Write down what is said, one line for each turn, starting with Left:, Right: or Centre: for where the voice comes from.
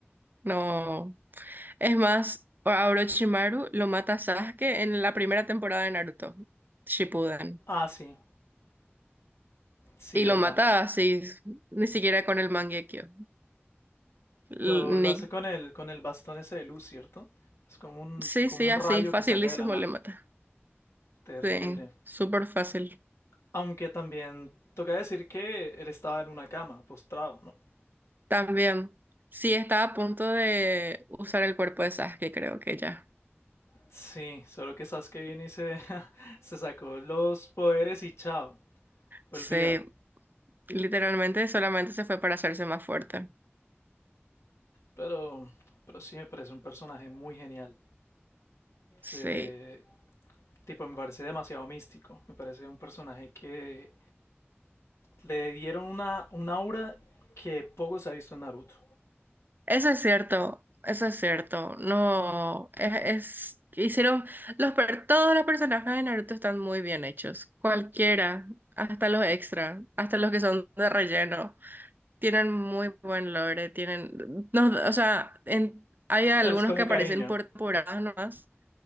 Right: no, es más, a Orochimaru lo mata Sasuke en la primera temporada de Naruto, Shippuden,
Left: Ah, sí, sí,
Right: y
Left: verdad.
Right: lo mata así, ni siquiera con el Mangekyo,
Left: Lo,
Right: L-
Left: lo
Right: ni,
Left: hace con el, con el bastón ese de luz, ¿cierto? Es como un,
Right: sí,
Left: como
Right: sí,
Left: un
Right: así,
Left: rayo
Right: facilísimo
Left: que saca de la mano.
Right: le mata,
Left: Terrible.
Right: sí, súper fácil.
Left: Aunque también toca decir que él estaba en una cama, postrado, ¿no?
Right: También, sí está a punto de usar el cuerpo de Sasuke, creo que ya.
Left: Sí, solo que Sasuke vino y se, <laughs> se sacó los poderes y chao, olvídalo.
Right: Sí, literalmente solamente se fue para hacerse más fuerte.
Left: Pero, pero sí me parece un personaje muy genial.
Right: Sí,
Left: Se- tipo, me parece demasiado místico. Me parece un personaje que le dieron una, una aura que poco se ha visto en Naruto.
Right: eso es cierto, eso es cierto. No, es, es- hicieron, los, per- todos los personajes de Naruto están muy bien hechos. Cualquiera, hasta los extra, hasta los que son de relleno, tienen muy buen lore, tienen, no, o sea, en- hay algunos
Left: Se les coge
Right: que aparecen
Left: cariño,
Right: por temporadas nomás